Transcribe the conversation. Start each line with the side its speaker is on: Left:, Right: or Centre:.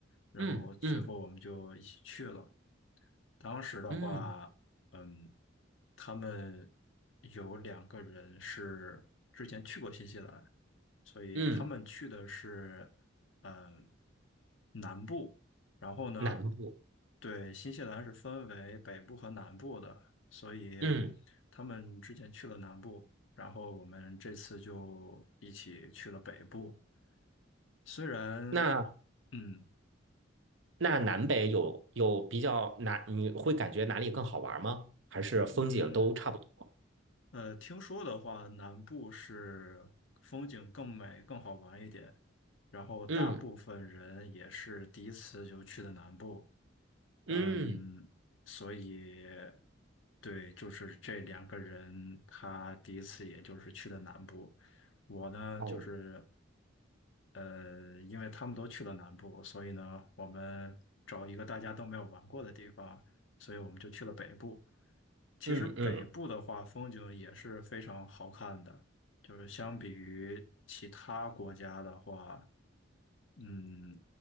Left: 然后我最后我们就一起去了。
Right: 嗯嗯
Left: 当时的话，
Right: 嗯
Left: 嗯，他们有两个人是之前去过新西兰，所以他们去的是，
Right: 嗯，
Left: 嗯，南部。然后呢，
Right: 南部。
Left: 对，新西兰是分为北部和南部的，所以
Right: 嗯，
Left: 他们之前去了南部，然后我们这次就一起去了北部。虽然，
Right: 那
Left: 嗯
Right: 那南北有有比较哪？你会感觉哪里更好玩吗？还是风景都差不多？
Left: 嗯。呃，听说的话，南部是风景更美、更好玩一点，然后大部分人也是第一次就去的南部，
Right: 嗯嗯，
Left: 嗯，所以对，就是这两个人，他第一次也就是去的南部，我呢就是
Right: 哦，
Left: 呃，因为他们都去了南部，所以呢，我们找一个大家都没有玩过的地方，所以我们就去了北部。其实北部的话，
Right: 嗯嗯。
Left: 风景也是非常好看的，就是相比于其他国家的话，嗯，